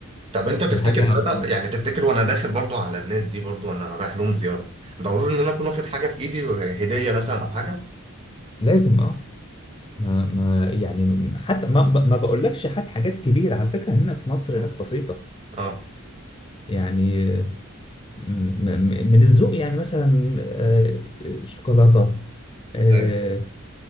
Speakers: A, on the right; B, on the left.
A: طب انت تفتكر
B: دي حاجه
A: ان انا يعني تفتكر وانا داخل برضو على الناس دي برضو انا رايح لهم زياره ضروري ان انا اكون واخد حاجه في ايدي هديه مثلا او حاجه
B: لازم اه ما ما يعني حتى ما ما بقولكش حد حاجات كبيره على فكره هنا في مصر ناس بسيطه
A: اه
B: يعني م- م- من الذوق يعني مثلا آه، آه، شوكولاتة آه،
A: ايوه